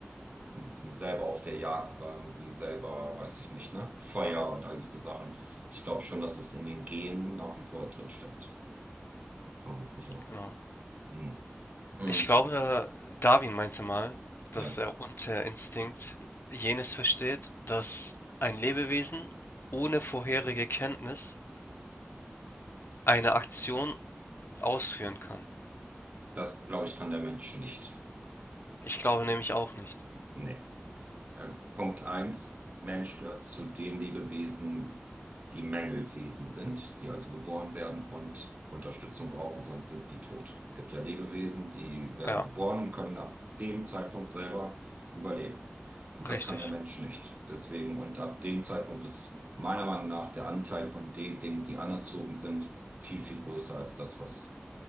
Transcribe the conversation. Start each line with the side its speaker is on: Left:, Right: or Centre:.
Right: die selber auf der Jagd waren, die selber, weiß ich nicht, ne, Feuer und all diese Sachen. Ich glaube schon, dass es in den Genen nach wie vor drin steckt. Ja, vermutlich auch.
Left: genau.
Right: Hm. Hm.
Left: Ich glaube, Darwin meinte mal, dass
Right: Ja,
Left: er unter Instinkt jenes versteht, dass ein Lebewesen ohne vorherige Kenntnis eine Aktion ausführen kann.
Right: das glaube ich kann der Mensch nicht.
Left: Ich glaube nämlich auch nicht.
Right: Nee. Äh, Punkt eins Mensch gehört zu den Lebewesen, die Mängelwesen sind, die also geboren werden und Unterstützung brauchen, sonst sind die tot. Es gibt ja Lebewesen, die werden
Left: Ja,
Right: geboren und können ab dem Zeitpunkt selber überleben. Und
Left: richtig.
Right: das kann der Mensch nicht. Deswegen, und ab dem Zeitpunkt ist meiner Meinung nach der Anteil von den Dingen, die anerzogen sind, viel, viel größer als das, was